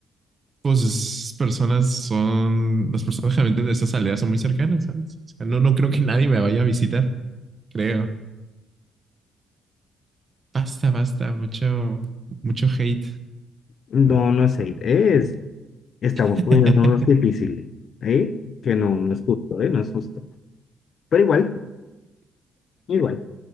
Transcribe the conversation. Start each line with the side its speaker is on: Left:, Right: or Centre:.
Right: pues es- personas son, las personas generalmente de esas aldeas son muy cercanas, ¿sabes? O sea, no, no creo que nadie me vaya a visitar, creo. Basta, basta, mucho, mucho hate.
Left: No, no es hate, es, estamos
Right: <laughs>
Left: poniéndonos difíciles, ¿eh? Que no, no es justo, ¿eh? No es justo. Pero igual, igual.